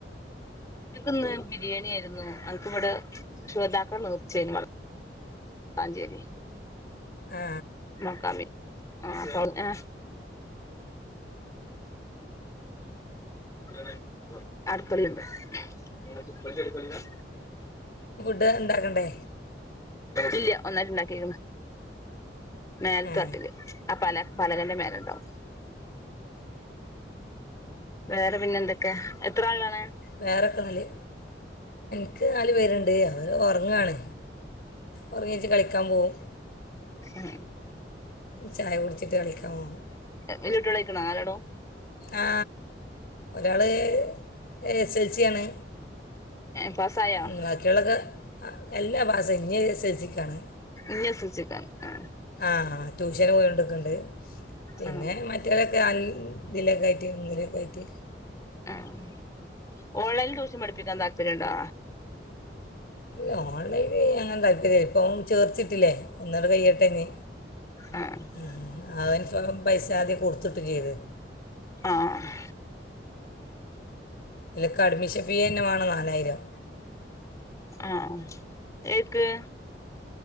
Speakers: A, on the left; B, on the left.
A: ഉച്ചക്ക് ഇന്ന് ബിരിയാണിയായിരുന്നു ഞങ്ങൾക്ക് ഇവിടെ ശുഹദാക്കളെ നേർച്ചയായിരുന്നു വളാഞ്ചേരി
B: ആ
A: മഖാമിൽ ആ ആ അവിടുന്ന് <unintelligible> ബജറ്റ് കൊല്ലാ
B: ഇത് ഉണ്ടാക്കണ്ടേ
A: ഇല്ല ഒന്നായിട്ട് ഇണ്ടാക്കി മേൽത്താട്ടില്
B: ആ
A: ആ പല പലകന്റെ മേല ഉണ്ടാവും വേറെ പിന്നെ എന്തൊക്കെയ എത്ര ആളാണ്
B: വേറെയൊക്കെ നാല് എനിക്ക് നാല് പേരുണ്ട് അവര് ഉറങ്ങാണ് ഉറങ്ങിച്ച് കളിക്കാൻ പോകവും
A: ആഹ
B: ചായ കുടിച്ചിട്ട് കളിക്കാമോ
A: വല്ലുീട്ട വിളിക്കണ നാലോണോ
B: ആ ഒരാള് എസ് എൽ സി ആണ്
A: ഏഹ് പാസ്സായോ
B: ഉം ബാക്കിയുള്ളത്, എല്ലാ പാസ്സായി. ഇനി എസ് എൽ സി ക്കാണ്
A: ഇനി എസ് എൽ സി എഴ്താൻ? ആ
B: ആഹ്. ട്യൂഷന് പോയോണ്ട്ക്കണ്ട് പിന്നെ
A: ആ
B: മറ്റോരൊക്കെ അങ് ഇതിലൊക്കെ ആയിട്ട് ഇങ്ങനെയൊക്കെ ആയിട്ട്
A: ആഹ് ഓൺലൈൻല് ട്യൂഷൻ പഠിപ്പിക്കാൻ താൽ പര്യണ്ടാ?
B: ഇല്ല ഓൺലൈന് അങ്ങനെ താല്പര്യ. ഇപ്പൊ ചേർത്തീട്ടില്ലേ ഒന്നത് കയ്യട്ടെ ഇനി.
A: ആ
B: ഉം അതന്സ ഇപ്പം പൈസ ആദ്യം കൊടുത്തിട്ട് ചെയ്ത്
A: ആഹ്
B: ഇതിലൊക്കെ അഡ്മിഷൻ ഫീയന്നെ വേണം നാലായിരം.
A: ആ ഏക്ക്